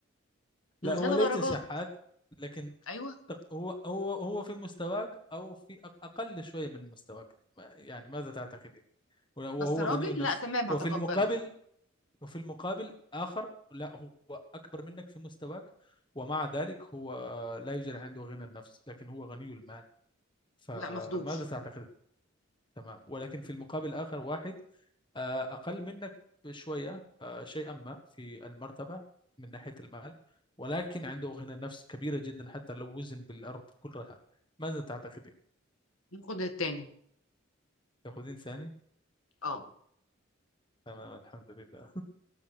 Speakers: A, on the left; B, on the left.
A: لا
B: الغنى
A: هو ليس
B: درجات
A: شحات لكن
B: ايوه
A: تق- هو هو هو في مستواك أو في أق- أقل شوية من مستواك ما- يعني ماذا تعتقدين ولا- وهو
B: بس راجل
A: غني النفس
B: لا تمام هتقبله
A: وفي المقابل وفي المقابل آخر لا هو أكبر منك في مستواك ومع ذلك هو لا يوجد عنده غنى النفس لكن هو غني المال فماذا
B: لا ماخدوش
A: تعتقد تمام ولكن في المقابل آخر واحد آه، أقل منك بشوية آه، شيئا ما في المرتبة من ناحية المال ولكن عنده غنى نفس كبيرة جدا حتى لو وزن بالأرض كلها ماذا تعتقدين؟
B: ناخد التاني
A: تأخذين ثاني؟
B: اه
A: تمام الحمد لله